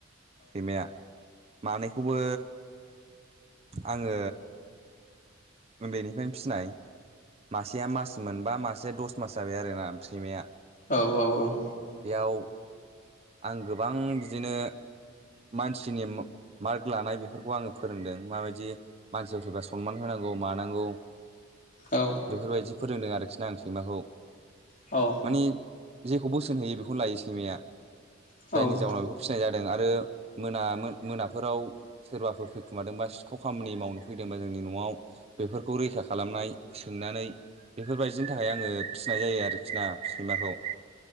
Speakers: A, on the right; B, on the left.
A: सैमाया मानैखौबो आङो उन्दैनिफ्रायनो फिनाय मासेया मास मोनबा मासेया दस मास जाबाय आरोना सैमाया
B: औ औ औ
A: बेयाव आं गोबां बिदिनो मानसिनि मार्क लानाय बेफोरखौ आङो फोरोंदों माबायदि मानसिफोर फैबा सनमान होनांगौ मा नांगौ
B: औ
A: बेफोरबायदि फोरोंदों आरोखि न आं सैमाखौ
B: औ
A: मानि जेखौ बोसोन होयो बेखौनो लायो सैमाया
B: औ
A: जायनि जाउनाव बेखौ फिसिनाय जादों आरो मोना मोनाफोराव सोरबाफोर फैखुमादोंबा सिखाव खामानि मावनो फैदोंबा जोंनि न'आव बेफोरखौ रैखा खालामनाय सोंनानै बेफोरबायदिनि थाखाय आङो फिसिनाय जायो आरोखि ना सैमाखौ